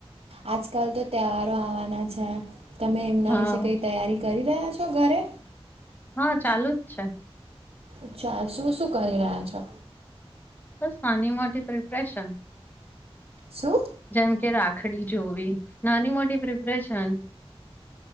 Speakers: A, on the right; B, on the left.
A: આજકાલ તો તહેવારો આવવાના છે તમે એમના
B: હા
A: વિશે કંઈ તૈયારી કરી રહ્યા છો ઘરે
B: હા ચાલુ જ છે
A: અચ્છા શું શું કરી રહ્યા છો
B: બસ નાની મોટી પ્રિપ્રેશન
A: શું
B: જેમ કે રાખડી જોવી નાની મોટી પ્રિપ્રેશન